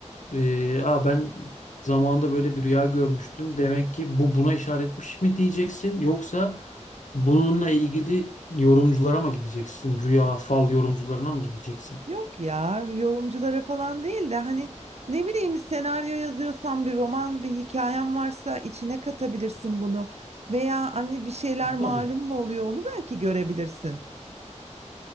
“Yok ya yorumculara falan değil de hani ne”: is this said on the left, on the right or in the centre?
Right